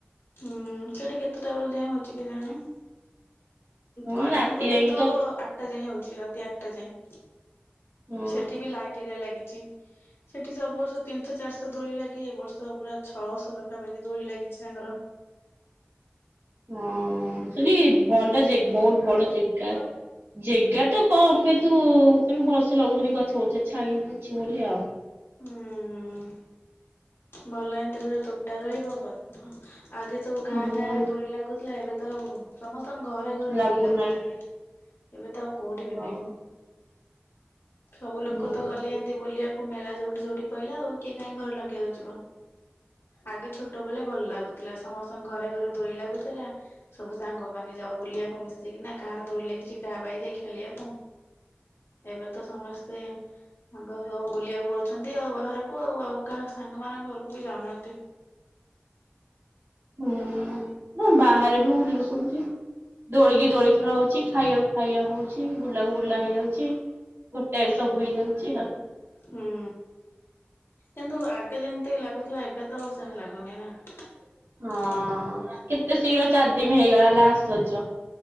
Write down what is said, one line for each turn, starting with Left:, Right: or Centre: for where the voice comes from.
Left: ହୁଁ ସେଠି କେତେଟା ବ ଯାଏ ହଉଛି କେଜାଣି।
Right: ହଁ
Left: କଲ୍ୟାଣପୁରରେ
Right: ରାତି ଯାଇ
Left: ତ ଆଠଟା ଯାଏଁ ହଉଛି। ରାତି ଆଠଟା ଯାଏଁ।
Right: ହଁ
Left: ସେଠି ବି ଲାଇଟ ଏରିଆ ଲାଗି ସେଠି ସବୁ ବର୍ଷ ତିନିଶହ ଚାରିଶହ ଦୋଳି ଲାଗେ ଏ ବର୍ଷ ପୁରା ଛଅଶହ ପାଖାପାଖି ଦୋଳି ଲାଗିଛି। ତାଙ୍କ ର
Right: ହଁ ସେ ବ ଟା ଜ ବହୁତ ବଡ ଜାଗା ଜାଗା ତ କମ କିନ୍ତୁ ତନ୍ତୁ ଭଲସେ ଲାଗୁନି ଗଛ ଗଛ ଛାଇ ବଛି ବୋଲି ଆଉ।
Left: ହୁଁ ଭଲ ଏତି ଗୋଟେ ତୋଟା ରହିବ ଆଗେ ସବୁ ଗାଁ
Right: ହୁଁ
Left: ଗାଁରେ ଦୋଳି ଲାଗୁଥିଲା ଏବେ ତ ସମସ୍ତ ତମ ଘରେ ଘରେ
Right: ଲାଗୁନାହିଁ
Left: ଦୋଳି ଲାଗୁଥିଲା ଆଗେ ଏବେ ତ ଆଉ କୋଉଠି ବି
Right: ହଁ
Left: ନହିଁ। <unintelligible> ସବୁ ଲୋକ
Right: ହୁଁ
Left: ତ ଗଲେ ଏମିତି ବୁଲିବାକୁ ମେଳା ଯୋଉଠି ଯୋଉଠି ପାଇଲା ଆଉ କିଏ କହିଁ ଘରେ ଲଗେଇବ ଆଉ ଆଗେ ଛୋଟ ବେଳେ ଭଲ ଲାଗୁ ଥିଲା ସମସ୍ତଙ୍କ ଘରେ ଘରେ ଦୋଳି ଲାଗୁଥିଲା ଥିଲା ସବୁ ସାଙ୍ଗ ମାନେ ଯାଉ ବୁଲିବାକୁ ମିଶିକିନା କାହାର ଦୌଡିଲେ କିଛି କା ବାାଇ ଦେଇ ଖେଳିବାକୁ ଏବେ ତ ସମସ୍ତେ ସାଙ୍ଗ ସବୁ ବୁଲିବାକୁ ପ ଅଛନ୍ତି ଆଉ ବାହାରକୁ ଆଉ ଆଉ କାହା ସାଙ୍ଗ ମାନଙ୍କ ଘରକୁ ବି ଯାଉନାହାନ୍ତି।
Right: ହୁଁ ହଁ ବାହାରେ ବି ବୁଲୁ ସମଠି ଦୋଡିକି ଦୋଡିକି ହଉଛି ଖାଇବାକୁ ଖାଇବା ହଉଛି। ବୁଲା
Left: ହୁଁ
Right: କୁ ବୁଲା ହେଇଯାଉଛି। ଗୋଟେରେ ସବୁ ହେଇଯାଉଛି। <inaudible>
Left: ହୁଁ କିନ୍ତୁ ଆଗେ ଯେମିତି ଲାଗୁଥିଲା ଏବେ ତ ସେମିତି ଲାଗୁନି ନା ।
Right: ହଁ କେତେ ଶିଘ୍ର ଚାରଦିନ ହେଇଗଲା ଲାଷ୍ଟ ରଜ